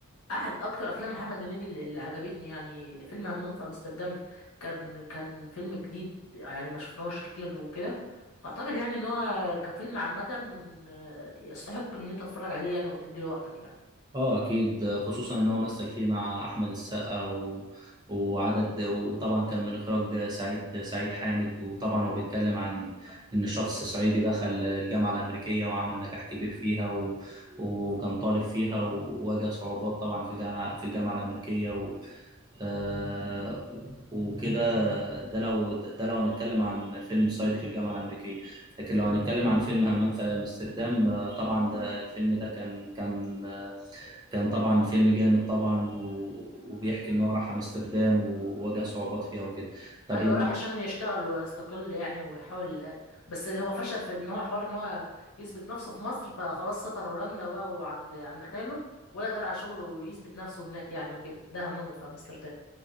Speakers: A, on the left; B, on the right.
A: احد اكتر افلام محمد هنيدي اللي اللي عجبتني يعني فيلم همام في امستردام كان كان فيلم جديد يعني ما شفناهوش كتير وكده فاعتقد يعني ان هو كفيلم عامه من آه، يستحق ان انت تتفرج عليه يعني وتدي له وقتك يعني
B: اه اكيد خصوصا ان هو مثل فيه مع احمد السقا و... وعدد وطبعا كان من اخراج سعيد سعيد حامد وطبعا هو بيتكلم عن ان شخص صعيدي دخل الجامعه الامريكيه وعمل نجاح كبير فيها و... وكان طالب فيها وواجه صعوبات طبعا في الجامعه في الجامعه الامريكيه و... آه... وكده ده لو ده لو هنتكلم عن فيلم صعيدي في الجامعه الامريكيه لكن لو هنتكلم عن فيلم همام في امستردام آه، طبعا ده الفيلم ده كان كان كان طبعا فيلم جامد طبعا و... وبيحكي ان هو راح امستردام وواجه صعوبات فيها وكده طب
A: ايوه
B: لو
A: راح عشان يشتغل ويستقل يعني ويحاول بس اللي هو فشل في ان هو حوار ان هو يثبت نفسه في مصر فخلاص سافر هولندا وبقى وعند عند خاله ولا يقدر على شغله ويثبت نفسه هناك يعني وكده ده همام في امستردام